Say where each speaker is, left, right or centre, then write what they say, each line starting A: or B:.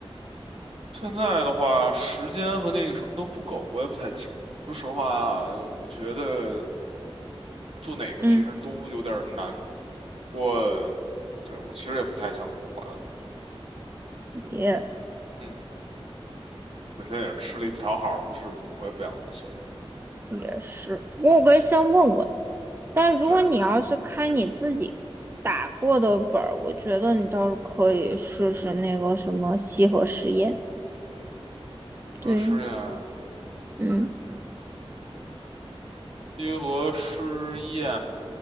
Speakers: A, on the right; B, on the right.
A: 现在的话，时间和那个什么都不够，我也不太清楚。说实话，我觉得做哪个其实都有点儿难。
B: <laughs> 嗯，
A: 不过，对，我其实也不太想管，我觉得，
B: 也
A: 嗯，本身也是吃力不讨好的事情，我也不想做。
B: 也是，不过我可以先问问，但如果你要是开你自己打过的本儿，
A: 对，
B: 我觉得你倒是可以试试那个什么西河实验。对，
A: 说试验，
B: 嗯
A: 结合试验，